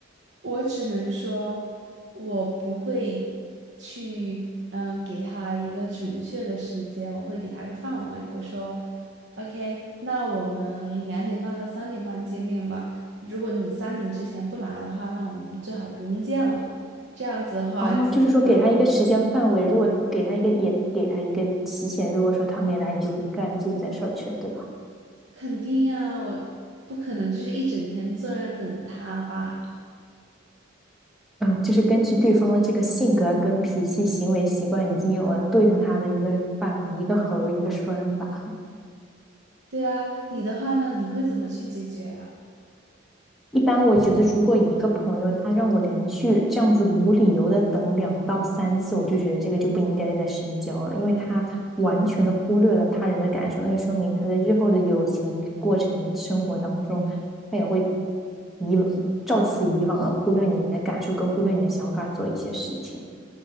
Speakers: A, on the right (about 65°); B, in the centre.
A: 我只能说，我不会去，嗯，给他一个准确的时间，我会给他个范围。我说，OK，那我们两点半到三点半见面吧。如果你三点之前不来的话，那我们最好不用见了。这样子的话，
B: 哦，
A: 既能省我
B: 就是说给他一个时间范围，如果给他一个，也给他一个期限，如果说他没来，你就会干自己的事儿去了，对吧？
A: 肯定啊，我不可能就是一整天坐在那等他吧？
B: 嗯，就是根据对方的这个性格、跟脾气、行为习惯，已经有了对付他的一个办法，一个猴一个栓法。
A: 对啊，你的话呢？你会怎么去解决呀？
B: 一般我觉得，如果一个朋友他让我连续这样子无理由的等两到三次，我就觉得这个就不应该再深交了，因为他完全的忽略了他人的感受，那就说明他在日后的友情过程、生活当中，他也会以照此以往的忽略你的感受，跟忽略你的想法做一些事情。